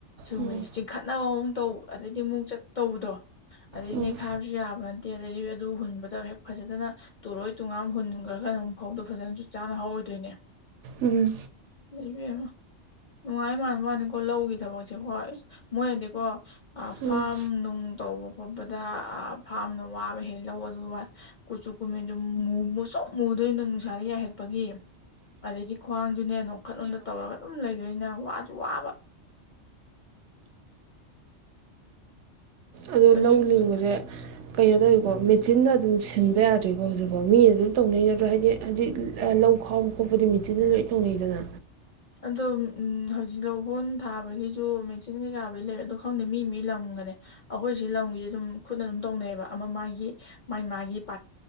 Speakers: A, on the left; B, on the right.
A: ꯁꯤꯒꯨꯝꯕꯕꯁꯦ
B: ꯎꯝ
A: ꯆꯤꯡꯈꯠꯅꯕ ꯃꯑꯣꯡ ꯇꯧ ꯑꯗꯩꯗꯤ ꯑꯃꯨꯛ ꯆꯠ ꯇꯧꯕꯗꯣ ꯑꯗꯩ
B: ꯎꯝ
A: ꯅꯦꯛꯈꯥꯏꯕꯁꯨ ꯌꯥꯕ ꯇꯦ ꯑꯗꯒꯤ ꯑꯗꯨ ꯍꯨꯟꯕꯗ ꯍꯦꯛ ꯐꯖꯅ ꯇꯨꯔꯣꯏ ꯇꯨꯉꯥꯝ ꯍꯨꯟꯈ꯭ꯔꯒꯅꯛ ꯐꯧꯗꯣ ꯐꯖꯅ ꯆ ꯆꯥꯅ ꯍꯧꯔꯋꯏ ꯗꯨꯏꯅꯦ
B: ꯎꯝ
A: ꯏꯕꯦꯝꯃ ꯅꯨꯡꯉꯥꯏ ꯃꯥꯟꯕ꯭ꯋꯥꯅꯤ ꯀꯣ ꯂꯧꯒꯤ ꯊꯕꯛꯁꯦꯀꯣ ꯃꯣꯏꯅꯗꯤꯀꯣ ꯑ
B: ꯎꯝ
A: ꯐꯥꯝ ꯅꯨꯡ ꯇꯧꯕ ꯈꯣꯠꯄ ꯗ ꯑ ꯐꯥꯔꯝꯅ ꯋꯥꯕ ꯍꯦꯛ ꯂꯧ ꯑꯗꯨꯒ ꯀꯨꯆꯨ ꯀꯨꯃꯦꯟꯗꯨ ꯃꯨꯁꯨꯛ ꯃꯨꯗꯣꯏꯅꯤ ꯅꯨꯡꯁꯥꯗ ꯌꯥꯏꯍꯠꯄꯒꯤ ꯑꯗꯒꯤ ꯈ꯭ꯋꯥꯡꯁꯨꯅꯦ ꯋꯥꯈꯜꯂꯣꯟꯗ ꯇꯧꯔꯒ ꯑꯗꯨꯝ ꯂꯩꯗꯣꯏꯅꯦ ꯋꯥꯁꯨ ꯋꯥꯕ
B: ꯑꯗꯣ
A: ꯍꯧꯖꯤꯛ
B: ꯂꯧ ꯂꯤꯡꯕꯁꯦ ꯀꯩꯅꯣ ꯇꯧꯋꯤꯀꯣ ꯃꯦꯆꯤꯟꯅ ꯑꯗꯨꯝ ꯁꯤꯟꯕ ꯌꯥꯗꯔꯤꯀꯣ ꯍꯧꯖꯤꯛꯐꯥꯎ ꯃꯤꯅ ꯑꯗꯨꯝ ꯇꯧꯅꯩ ꯅꯠꯇ꯭ꯔꯣ ꯍꯥꯏꯗꯤ ꯍꯖꯤꯛ ꯂꯧ ꯈꯥꯎꯕ ꯈꯣꯠꯄꯗꯤ ꯃꯦꯆꯤꯟꯅ ꯂꯣꯏ ꯇꯧꯅꯩꯗꯅ
A: ꯑꯗꯣ ꯐꯝ ꯍꯧꯖꯤꯛ ꯂꯧꯍꯣꯟ ꯊꯥꯕꯒꯤꯁꯨ ꯃꯦꯆꯤꯟ ꯀꯩꯀꯥꯕꯨ ꯂꯩꯔꯦ ꯑꯗꯣ ꯈꯪꯗꯦ ꯃꯤ ꯃꯤ ꯂꯝꯒꯅꯤ ꯑꯩꯈꯣꯏ ꯁꯤ ꯂꯝꯒꯤꯗꯤ ꯗꯨꯝ ꯈꯨꯠꯅ ꯑꯗꯨꯝ ꯇꯩꯅꯩꯌꯦꯕ ꯑꯃ ꯃꯥꯒꯤ ꯃꯥꯏ ꯃꯥꯏꯒꯤ